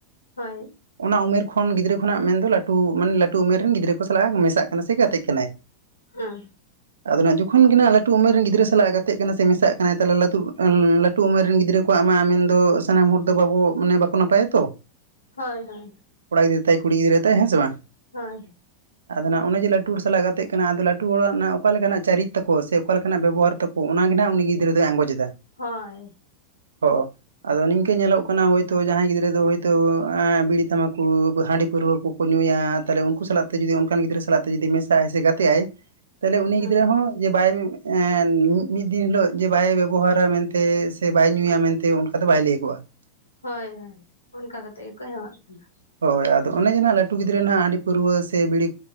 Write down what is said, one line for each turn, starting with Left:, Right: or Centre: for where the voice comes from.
Left: ᱦᱚᱭ ᱾
Right: ᱚᱱᱟ ᱩᱢᱮᱨ ᱠᱷᱚᱱ ᱜᱤᱫᱽᱨᱟᱹ ᱠᱷᱚᱱᱟᱜ ᱢᱮᱱ ᱫᱚ ᱞᱟᱹᱴᱩ ᱢᱟᱱᱮ ᱞᱟᱹᱴᱩ ᱩᱢᱮᱨ ᱨᱮᱱ ᱜᱤᱫᱽᱨᱟᱹ ᱠᱚ ᱥᱟᱞᱟᱜᱮ ᱢᱮᱥᱟᱜ ᱠᱟᱱᱟ ᱥᱮ ᱜᱟᱛᱮᱜ ᱠᱟᱱᱟᱭ ᱾
Left: ᱚᱸ᱾
Right: ᱟᱫᱚ ᱱᱟᱜ ᱡᱚᱠᱷᱚᱱ ᱜᱮ ᱱᱟᱸᱜ ᱞᱟᱹᱴᱩ ᱩᱢᱮᱨ ᱨᱮᱱ ᱜᱤᱫᱽᱨᱟᱹ ᱥᱟᱞᱟᱜ ᱜᱟᱛᱮᱜ ᱠᱟᱱᱟᱭ ᱥᱮ ᱢᱮᱥᱟᱜ ᱠᱟᱱᱟᱭ ᱛᱟᱦᱚᱞᱮ ᱞᱟᱹᱛᱩᱜ ᱮᱜ ᱞᱟᱹᱼᱼ ᱴᱩ ᱩᱢᱮᱨ ᱨᱮᱱ ᱜᱤᱫᱽᱨᱟᱹ ᱠᱚᱣᱟᱜ ᱟᱢᱟ ᱢᱮᱱᱫᱚ ᱥᱟᱱᱟᱢ ᱦᱚᱲ ᱫᱚ ᱵᱟᱵᱚ ᱢᱟᱱᱮ ᱵᱟᱠᱚ ᱱᱟᱯᱟᱭᱟ ᱛᱚ ᱾
Left: ᱦᱳᱭ ᱦᱳᱭ ᱾
Right: ᱠᱚᱲᱟ ᱜᱤᱫᱽᱨᱟᱹ ᱛᱟᱭ ᱠᱩᱲᱤ ᱜᱤᱫᱽᱨᱟᱹ ᱛᱟᱭ ᱦᱮᱸ ᱥᱮ ᱵᱟᱝ ᱾
Left: ᱦᱳᱭ ᱾
Right: ᱟᱫᱚ ᱱᱟᱜ ᱚᱱᱮ ᱡᱮ ᱞᱟᱹᱴᱩ ᱦᱚᱲ ᱥᱟᱞᱟᱜ ᱜᱟᱛᱮᱜ ᱠᱟᱱᱟ ᱟᱫᱚ ᱞᱟᱹᱴᱩ ᱦᱚᱲᱟᱜ ᱱᱟᱜ ᱚᱠᱟ ᱞᱮᱠᱟᱱᱟᱜ ᱪᱟᱨᱤᱛ ᱛᱟᱠᱚ, ᱥᱮ ᱚᱠᱟ ᱞᱮᱠᱟᱱᱟᱜ ᱵᱮᱵᱚᱦᱟᱨ ᱛᱟᱠᱚ, ᱚᱱᱟᱜᱮ ᱱᱟᱸᱜ ᱩᱱᱤ ᱜᱤᱫᱽᱨᱟᱹ ᱫᱚᱭ ᱟᱸᱜᱚᱡᱮᱫᱟ ᱾
Left: ᱦᱳᱭ ᱾
Right: ᱦᱚᱸᱚ ᱾ ᱟᱫᱚ ᱱᱤᱝᱠᱟᱹ ᱧᱮᱞᱚᱜ ᱠᱟᱱᱟ ᱦᱳᱭ ᱛᱚ ᱡᱟᱦᱟᱸᱭ ᱜᱤᱫᱽᱨᱟᱹ ᱫᱚ ᱦᱳᱭ ᱛᱚ ᱵᱤᱲᱤ ᱛᱟᱢᱵᱟᱠᱩ, ᱦᱟᱺᱰᱤ, ᱯᱟᱹᱨᱣᱨᱟᱹ ᱠᱚ ᱠᱚ ᱧᱩᱭᱟ ᱛᱟᱞᱦᱮ ᱩᱱᱠᱩ ᱥᱟᱞᱟᱜ ᱛᱮ ᱡᱩᱫᱤ ᱚᱱᱠᱟᱱ ᱜᱤᱫᱽᱨᱟᱹ ᱥᱟᱞᱟᱜ ᱛᱮ ᱡᱩᱫᱤ ᱢᱮᱥᱟᱜᱼᱟᱭ ᱥᱮ ᱜᱟᱛᱮᱜᱟᱭ ᱛᱟᱞᱦᱮ ᱩᱱᱤ
Left: ᱦᱮᱸ
Right: ᱜᱤᱫᱽᱨᱟᱹ ᱦᱚᱸ ᱡᱮ ᱵᱟᱭ ᱮᱱ ᱢᱤᱫ ᱫᱤᱱ ᱦᱤᱞᱳᱜ ᱡᱮ ᱵᱟᱭ ᱵᱮᱵᱚᱦᱟᱨᱟ ᱢᱮᱱᱛᱮ ᱥᱮ ᱵᱟᱭ ᱧᱩᱭᱟ ᱢᱮᱱᱛᱮ ᱚᱱᱠᱟ ᱫᱚ ᱵᱟᱭ ᱞᱟᱹᱭᱚᱜᱼᱟ ᱾ <inaudible>
Left: ᱦᱳᱭ ᱦᱳᱭ ᱚᱱᱠᱟ ᱠᱟᱛᱮ ᱜᱮᱠᱚ ᱦᱮᱣᱟᱜ ᱠᱟᱱᱟ ᱾
Right: ᱦᱳᱭ ᱟᱫᱚ ᱚᱱᱮ ᱡᱮ ᱱᱟᱦᱟᱜ ᱞᱟᱹᱩ ᱜᱤᱫᱽᱟᱹ ᱱᱟᱦᱟᱜ ᱦᱟᱺᱰᱤ, ᱯᱟᱹᱨᱣᱟᱹ ᱥᱮ ᱵᱤᱲᱤ,